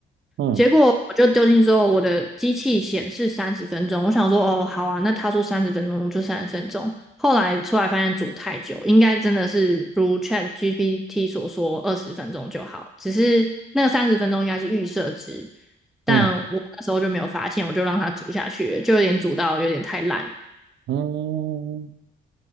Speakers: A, on the right (about 65°); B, in the centre.
A: 嗯
B: 结果我就丢进去之后，我的机器显示三十分钟，我想说，哦，好啊，那他说三十分钟就三十分钟。后来出来发现煮太久，应该真的是如 Chat GPT 所说二十分钟就好，只是那个三十分钟应该是预设值。但我那时候就没有发现，
A: 嗯，
B: 我就让它煮下去，就有点煮到有点太烂了。
A: 嗯，